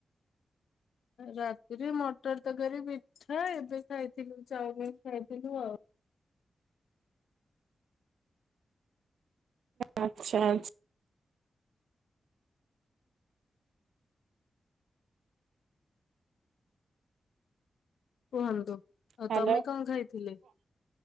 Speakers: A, on the left; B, on the right.
A: ରାତିରେ ମଟର ତରକାରୀ ପିଠା ଏବେ ଖାଇଥିଲୁ ଚାଉମିିନ ଖାଇଥିଲୁ ଆଉ।
B: ଆଚ୍ଛା ଆଚ୍ଛା।
A: କୁହନ୍ତୁ ଆଉ
B: ହ୍ୟାଲୋ
A: ତମେ କଣ ଖାଇଥିଲେ?